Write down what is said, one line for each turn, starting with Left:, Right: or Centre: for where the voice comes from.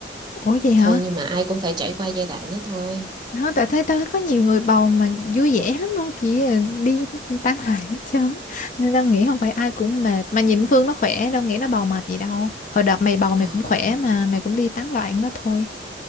Left: ủa gì hả
Right: thôi nhưng mà ai cũng phải trải qua giai đoạn đó thôi
Left: nó tại thấy tao có nhiều người bầu mà vui vẻ lắm luôn kìa đi tán loạn hết trơn á. nên tao nghĩ không phải ai cũng mệt mà nhìn Phương nó khỏe đâu nghĩ nó bầu mệt gì đâu hồi đợt mày bầu mày
Right: ờ,
Left: cũng khỏe mà mày cũng đi tán loạn đó thôi